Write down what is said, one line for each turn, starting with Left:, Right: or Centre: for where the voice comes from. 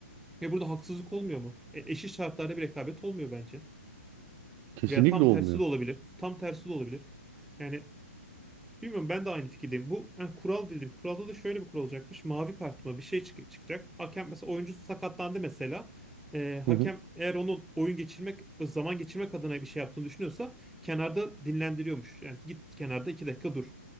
Centre: Ve burada haksızlık olmuyor mu? E, eşit şartlarda bir rekabet olmuyor bence.
Right: Kesinlikle
Centre: Veya tam
Right: olmuyor.
Centre: tersi de olabilir. Tam tersi de olabilir. Yani Bilmiyorum ben de aynı fikirdeyim. Bu ha, kural dedim. Kuralda da şöyle bir kural olacakmış. Mavi kart mı bir şey çık- çıkacak. Hakem mesela oyuncu sakatlandı mesela. Ee, hakem
Right: Hı hı.
Centre: eğer onun oyun geçirmek, zaman geçirmek adına bir şey yaptığını düşünüyorsa kenarda dinlendiriyormuş. Yani git kenarda iki dakika dur